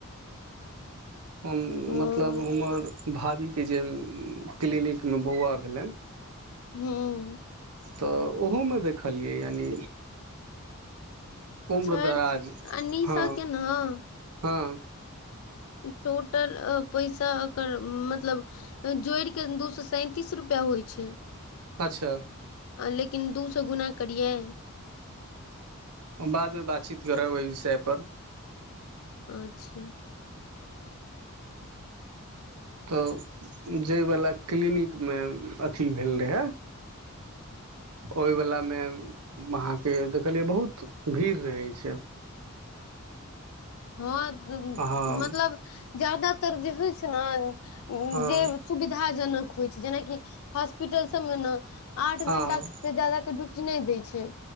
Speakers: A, on the left; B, on the right.
A: <inaudible>
B: हम
A: हँ
B: मतलब हमर भाभीके जे क्लिनिक में बौआ भेलनि
A: हूँ
B: तऽ ओहो में देखलियै यानि उम्रदराज
A: सर अनीशा
B: हँ
A: के ने
B: हँ
A: टोटल पैसा एकर मतलब जोड़िक कऽ दू सए सैंतीस रुपैआ होइ छै
B: अच्छा
A: लेकिन दू सो गुना करियै
B: बाद में बातचीत करब एहि विषय पर
A: अच्छा
B: तऽ जाइवला क्लिनिक मे अथी भेल रहै ओहि वला में अहाँके देखलियै बहुत भीड़ रहै छै
A: हँ
B: हँ
A: मतलब ज्यादातर जे होइ छै ने
B: हँ
A: जे सुविधाजनक होइ छै जेनाकि हॉस्पिटल सब में ने आठ घंटा
B: हँ
A: जादा के ड्यूटी नै दै छै